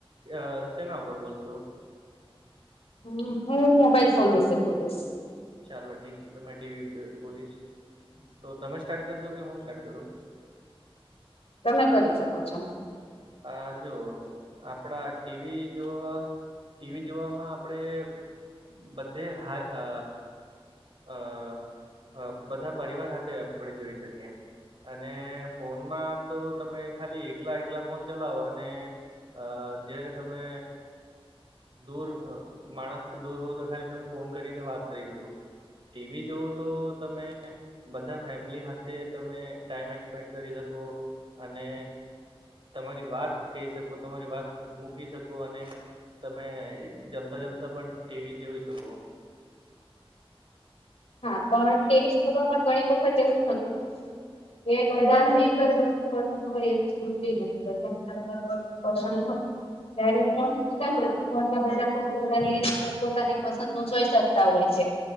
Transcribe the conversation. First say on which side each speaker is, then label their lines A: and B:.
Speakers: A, on the right (about 60°); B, on the left (about 85°).
A: આ સેના ઉપર બોલશો.
B: હમ્મ હું મોબાઈલ ફોન વિશે બોલીશ.
A: ચાલો ઠીક છે તો મે ટીવી પે બોલીશ તો તમે સ્ટાર્ટ કરશો કે હું સ્ટાર્ટ કરું.
B: તમે કરી શકો છો.
A: આ જો આપડા ટીવી જોવા ટીવી જોવામાં આપણેે બધે હા આ આ અ બધા પરિવાર હાથે આપણે જોઈ શકીએ. અને ફોનમાં તો તમે ખાલી એકલા એકલા ફોન ચલાવો અને અ જયારે તમે દૂર આ માણસ થી દૂર હોવ તો ખાલી તમે ફોન કરીને વાત કરી શકો. ટીવી જોઓ તો તમે બધા ફેમિલી હાથે તમે ટાઈમ એસપેન્ડ કરી શકો. અને તમારી વાત કહી શકો તમારી વાત મૂકી શકો અને તમે જમતા જમતા પણ ટીવી જોઈ શકો.
B: હા પણ તેવીસ <unintelligible> ઘણી વખત એવું થતું કે બધા ને એક જ વસ્ તું પસંદ હોય એક <unintelligible> પસંદ હોય. ત્યારે ફોન મુક્તજ કોઈક નો ફોન <unintelligible> પોતાની પસંદો જોઈ શકતા હોય છે.